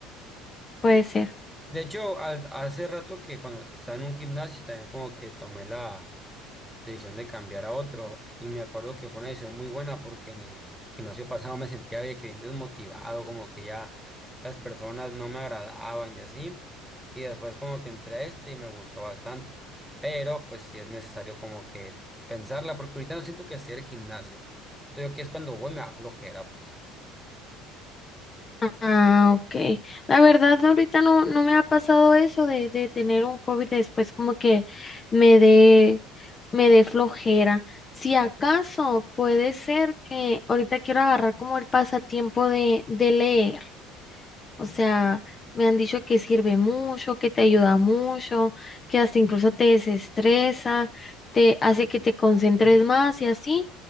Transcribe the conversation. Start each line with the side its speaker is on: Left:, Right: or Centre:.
Left: Puede
Centre: Sí.
Left: ser.
Centre: De hecho, ha- hace rato que cuando estaba en un gimnasio también como que tomé la decisión de cambiar a otro. Y me acuerdo que fue una decisión muy buena porque en el gimnasio pasado me sentía de que bien desmotivado, como que ya las personas no me agradaban y así. Y después como que entré a este y me gustó bastante. Pero pues sí es necesario como que pensarla porque ahorita no siento que sea el gimnasio. Siento yo que es cuando voy me da flojera, pues.
Left: Ah, ok. La verdad, ahorita no, no me ha pasado eso de, de tener un hobby después como que me dé, me dé flojera. Si acaso puede ser que ahorita quiero agarrar como el pasatiempo de, de leer. O sea, me han dicho que sirve mucho, que te ayuda mucho, que hasta incluso te desestresa, te hace que te concentres más y así,